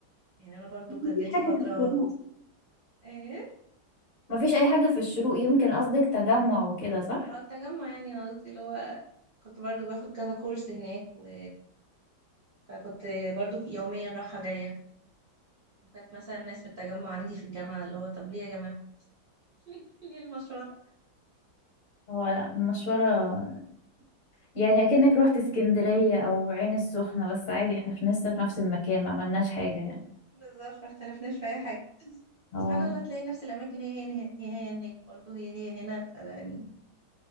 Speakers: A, on the right; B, on the left.
A: يعني انا برضو كانت
B: مفيش
A: جات
B: حاجة
A: لي فتره
B: في الشروق
A: ايه
B: مفيش أي حاجة في الشروق يمكن قصدك تجمع وكده صح؟
A: اه التجمع يعني انا قصدي اللي هو كنت برضو باخد كذا كورس هناك و فكنت برضو يوميا رايحه جايه وكانت مثلا ناس من التجمع عندي في الجامعه اللي هو طب ليه يا جماعه <laughs> ليه ليه المشوار
B: اه لا المشورة يعني اكنك رحت اسكندرية او عين السخنة بس عادي احنا في لسه في نفس المكان ما عملناش حاجة يعني
A: بالظبط ما اختلفناش في اي حاجه
B: اه
A: سبحان الله تلاقي نفس الاماكن هي هنا هي هي هناك برضه هي هي هنا يعني